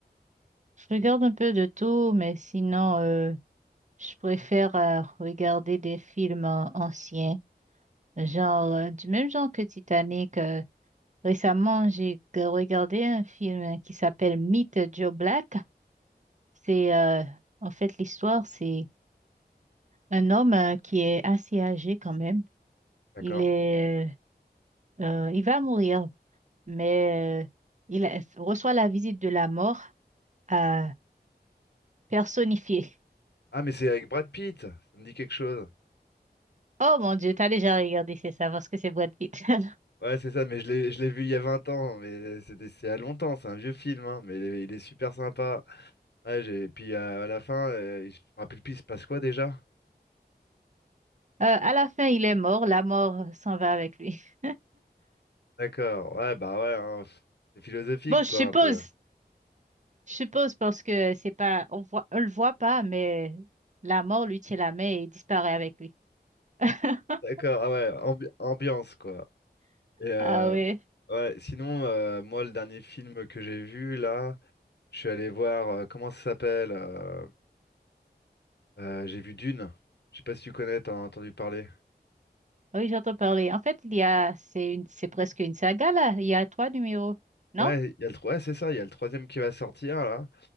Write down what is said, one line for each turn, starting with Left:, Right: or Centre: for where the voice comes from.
Right: Je regarde un peu de tout, mais sinon, euh, je préfère euh, regarder des films euh, anciens, genre euh, du même genre que Titanic. euh. récemment, j'ai g- regardé un film qui s'appelle Meet Joe Black. C'est euh, en fait, l'histoire, c'est Un homme euh, qui est assez âgé quand même,
Left: D'accord.
Right: il est, euh, euh, il va mourir, mais euh, il a- reçoit la visite de la mort euh, personnifiée. <laughs>
Left: Ah mais c'est avec Brad Pitt, ça me dit quelque chose.
Right: Oh mon Dieu, t'as déjà regardé, c'est ça, parce que c'est Brad Pitt. <laughs>
Left: Ouais c'est ça, mais je l'ai je l'ai vu il y a 20 ans, mais euh, c'était c'est à longtemps, c'est un vieux film, hein, mais il est il est super sympa. Ouais, j'ai... Puis euh, à la fin, euh, je me rappelle plus, il se passe quoi déjà?
Right: Euh, à la fin, il est mort, la mort s'en va avec lui. <laughs>
Left: D'accord, ouais, bah ouais, hein, pff, c'est philosophique,
Right: Bon, je
Left: quoi,
Right: suppose,
Left: un peu.
Right: je suppose parce que c'est pas, on voit, on le voit pas, mais la mort lui tient la main et disparaît avec lui. <laughs>
Left: D'accord, ah ouais, ambi- ambiance, quoi. Et euh,
Right: Ah oui.
Left: ouais, sinon, euh, moi, le dernier film que j'ai vu, là, je suis allé voir, euh, comment ça s'appelle? euh, euh, j'ai vu Dune. Je sais pas si tu connais, t'en as entendu parler.
Right: Oui, j'entends parler. En fait, il y a, c'est une, c'est presque une saga là. Il y a trois numéros, non?
Left: Ouais, il y a le... tro- ouais, c'est ça, il y a le troisième qui va sortir, là.